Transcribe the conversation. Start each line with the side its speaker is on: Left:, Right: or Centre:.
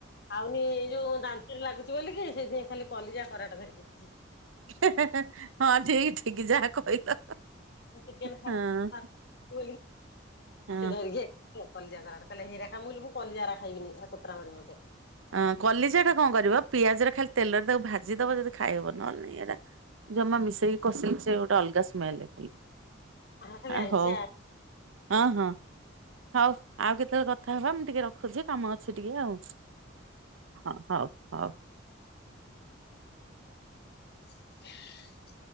Left: ଆଉଏଇ ଯୋଉ ଦାନ୍ତରେ ଲାଗୁଛି ବୋଲିକି ସେଇଥି ପାଇଁ ଖାଲି କଲିଜା କରାଟା ଧରିକି ଆଇଛି।
Right: ହେଁ ହେଁ ହେଁ ହଁ ଠିକ ଠିକ ଯାହା କହିଲ।
Left: ଚିକେନ ଖାଇ
Right: ହଁ।
Left: <unintelligible>
Right: ହଁ
Left: ସେ ଧରିକି ଆଇଛି କଲିଜା କରାଟ କହିଲା ହେଇଗୁରାକ ଖା, ମୁଁ କହିଲି କଲିଜାଗୁଡ଼ା ଖାଇବିନି, ସେ କୁତ୍ରା ମାଡିବ ମତେ।
Right: ଅ କଲିଜା ଟା କଣ କରିବ ପିଆଜରେ ଖାଲି ତେଲରେ ତାକୁ ଭାଜି ଦବ ଯଦି ଖାଇହବ ନହେଲେ ନାହିଁ ଏଇଟା ଜମା ମିଶେଇକି କଷିଲେ ସେ ଗୋଟେ ଅଲଗା ସ୍ମେଲ ହୁଏ।
Left: ହଁ ଖାଲି
Right: ଆ
Left: ଆଇଁସିଆ
Right: ହଉ ହଁ ହଁ ହଉ ଆଉ କେତେବେଳେ କଥ କଥା ହେବା ମୁଁ ଟିକେ ରଖୁଛି, କାମ ଅଛି ଟିକେ ଆଉ, ହଁ ହଉ ହଉ।
Left: <unintelligible>